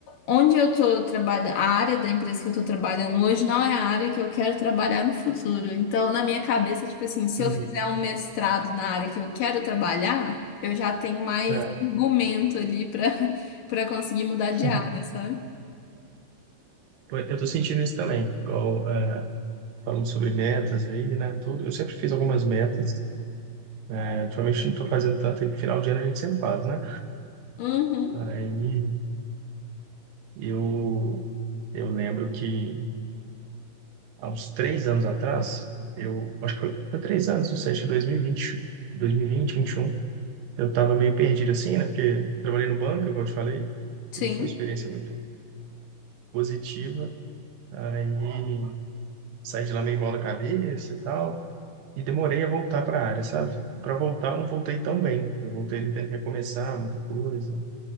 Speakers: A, on the left; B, on the right.
A: onde eu tô trabalhando, a área da empresa que eu tô trabalhando hoje não é a área que eu quero trabalhar no futuro. Então, na minha cabeça, tipo assim, se
B: Uhum.
A: eu fizer um mestrado na área que eu quero trabalhar, eu já tenho mais
B: É.
A: argumento ali pra <laughs> para conseguir mudar de
B: <laughs>
A: área, sabe?
B: Pô, Eu tô sentindo isso também, igual é, falando sobre metas aí, né? Tudo. Eu sempre fiz algumas metas, né? Ultimamente não tô fazendo tanto, e final de ano a gente sempre faz, né?
A: Uhum,
B: Aí eu, eu lembro que há uns três anos atrás, eu acho que foi, foi três anos, não sei, acho que dois mil e vinte 2020, dois mil e vinte e um eu estava meio perdido assim, né? Porque trabalhei no banco, igual eu te falei,
A: sim.
B: e não foi uma experiência muito positiva. Aí saí de lá meio mal da cabeça e tal, e demorei a voltar para a área, sabe? E para voltar, eu não voltei tão bem. Eu voltei ali tendo que recomeçar muita coisa.